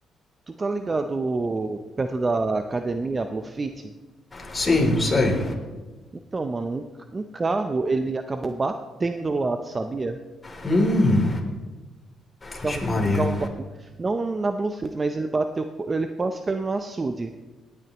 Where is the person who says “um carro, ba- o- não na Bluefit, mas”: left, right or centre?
Right